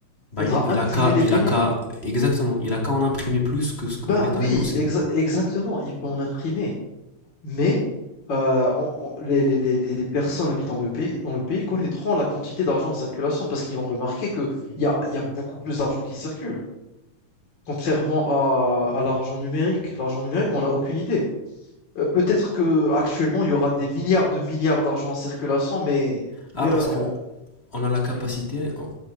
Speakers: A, on the left (about 25°); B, on the left (about 40°).
A: bah,
B: faudra
A: il il
B: imprimer
A: a qu'à,
B: les
A: il
B: billets.
A: a qu'à, exactement, il a qu'à en imprimer plus que ce
B: Ben
A: que l'État
B: oui,
A: ne possède.
B: exa- exactement. Il peut en imprimer. Mais heu, on on les les les les les personnes habitant de pays dans le pays connaîtront la quantité d'argent en circulation parce qu'ils vont remarquer qu'il y a il y a beaucoup plus d'argent qui circule. Contrairement à à l'argent numérique. L'argent numérique, on a aucune idée. Heu, peut-être que actuellement il y aura des milliards de milliards d'argent en circulation, mais
A: Ah,
B: mais,
A: parce
B: heu, on
A: que on a la capacité,
B: dis-moi?
A: on-